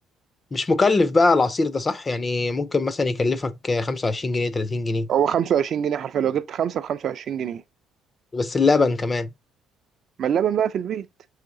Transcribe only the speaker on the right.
هو 25 جنيه حرفيا لو جبت خمسة ب 25 جنيه
ما اللبن بقى في البيت